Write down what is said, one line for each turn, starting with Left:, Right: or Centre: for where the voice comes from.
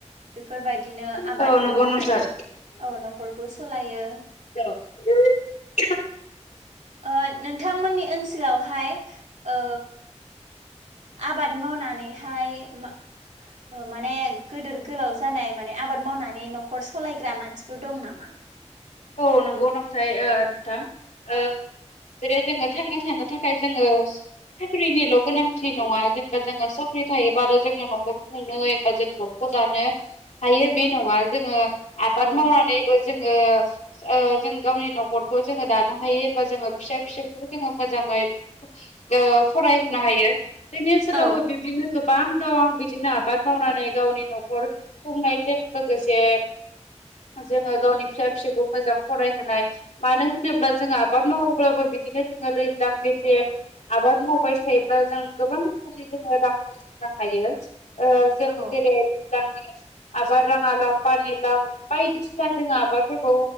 Right: बेफोरबायदिनो आबादफोर
Left: नंगौ
Right: मावनानै
Left: नोंथां
Right: औ न'खरखौ सालायो
Left: दोय
Right: ओ नोंथांमोननि ओनसोलावहाय ओ आबाद मावनानैहाय मा माने गिदोर गोलाव जानाय माने आबाद मावनानै न'खर सालायग्रा मानसिफोर दं नामा <inaudible>
Left: औ नंगौ नोंथाय ओ नोंथां ओ जेरै जोङो थांना थानो थाखाय जोङो साख्रिनिल' गोनांथि नङा जेनेबा जोङो साख्रि थायोबाल' जोङो न'खर खुंनो एबा जों न' खर दानो हायो बे नङा जोङो आबाद
Right: औ
Left: मावनानैबो जोङो ओ जों गावनि न'खरखौ जोङो दानो हायो एबा जोङो फिसा फिसौखौ जोङो मोजाङै ओ फरायहोनो हायो जोंनि ओनसोलावबो
Right: औ
Left: बिब्दिनो गोब बां दं आं बिदिनो आबाद मावनानै गावनि न'खर खुंनायजों लोगोसे जोङो गावनि फिसा फिसौ मोजां फरायहोनाय मानो होनोब्ला जों आबाद मावोब्लाबो बिदिनो जोङो दैज्लां मेसें आबाद मावबाय थायोब्ला जों गोबां रोखोमनि जोङो रां बुथुमनो हायो। ओ जों
Right: औ
Left: जेरै दैज्लांनि आबाद बार राङा लाव पानि लाव बायदिसिना जोङो आबादफोरखौ